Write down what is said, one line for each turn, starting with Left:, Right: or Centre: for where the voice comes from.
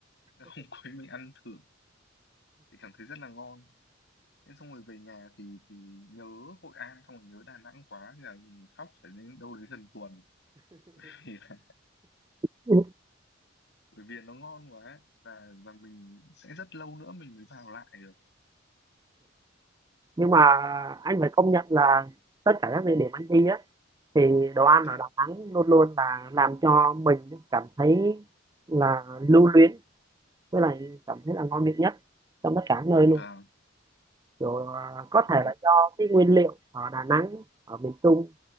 Left: <laughs> hôm cuối mình ăn thử thì cảm thấy rất là ngon thế xong rồi về nhà thì thì nhớ Hội An xong rồi nhớ Đà Nẵng quá thì là khóc phải đến đâu đấy gần tuần <laughs> thì là
Right: ừ.
Left: bởi vì nó ngon quá và và mình sẽ rất lâu nữa mình mới vào lại được
Right: nhưng mà anh phải công nhận là tất cả các địa điểm anh đi á thì đồ ăn
Left: dạ
Right: ở Đà Nẵng luôn luôn là làm cho mình cảm thấy là lưu luyến với lại cảm thấy là ngon miệng nhất trong tất cả nơi
Left: vâng
Right: luôn kiểu à, có
Left: ừ,
Right: thể là do cái nguyên liệu ở Đà Nẵng ở miền Trung